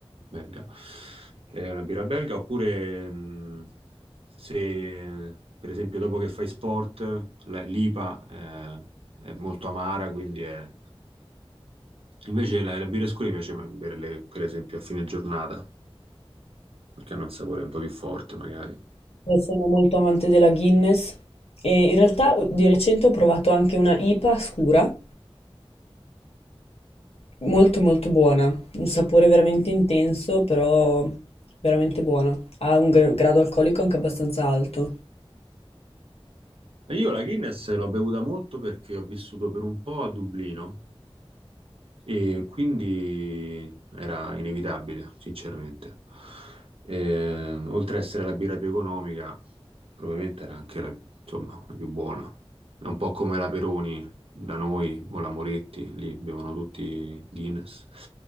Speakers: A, on the right (about 65°); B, on the left (about 85°).
A: belga, eh, una birra belga, oppure mh, se per esempio dopo che fai sport, la- l'IPA eh, è molto amara, quindi è... Invece la, la birra scura mi piace berle, per esempio, a fine giornata, perché hanno un sapore un po' più forte, magari.
B: Io sono molto amante della Guinness e in realtà di recente ho provato anche una IPA scura, molto molto buona, un sapore veramente intenso, però veramente buona. Ha un gra- grado alcolico anche abbastanza alto.
A: E Io la Guinness l'ho bevuta molto perché ho vissuto per un po' a Dublino e quindi era inevitabile, sinceramente. E, oltre a essere la birra più economica, probabilmente era anche la, insomma, la più buona. È un po' come la Peroni da noi o la Moretti, lì bevono tutti Guinness.